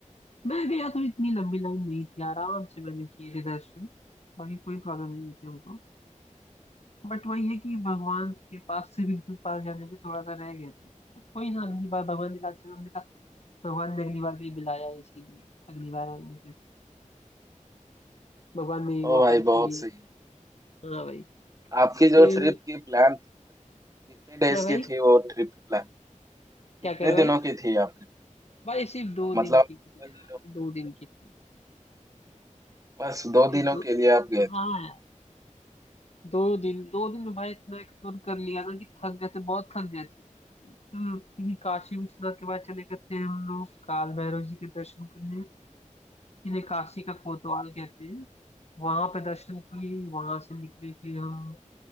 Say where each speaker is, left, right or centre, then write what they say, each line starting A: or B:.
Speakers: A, on the left (about 55°); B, on the right (about 25°).
A: मैं गया तो इतनी लंबी लाइन नहीं थी आराम से मैंने किए थे दर्शन बाकी कोई प्रॉब्लम नहीं हुई थी हमको बट वही है कि भगवान के पास से बिल्कुल पास जाने में थोड़ा सा रह गए थे बट कोई ना अगली बार भगवान ने कहा चलो हमने कहा भगवान ने अगली बार के लिए बुलाया है इसीलिए अगली बार आएंगे फिर भगवान ने ये
B: ओ
A: मौका
B: भाई
A: इसलिए
B: बहुत सही
A: हाँ भाई
B: आपकी जो
A: फिर
B: ट्रिप की प्लान कितने डेज
A: हाँ भाई
B: की थी वो ट्रिप की प्लान कितने
A: क्या करो भाई
B: दिनों की थी आपकी
A: भाई सिर्फ दो
B: मतलब
A: दिन
B: कितने
A: की थी यार
B: दिनों की
A: दो दिन की थी
B: बस दो
A: सिर्फ
B: दिनों
A: दो
B: के लिए आप गए थे
A: हाँ यार, दो दिन दो दिन में भाई इतना एक्सप्लोर कर लिया ना कि थक गए थे बहुत थक गए थे तो- क्योंकि काशी विश्वनाथ के बाद चले गए थे हम लोग काल भैरव जी के दर्शन करने इन्हें काशी का कोतवाल कहते हैं वहां पे दर्शन किए वहां से निकले फिर हम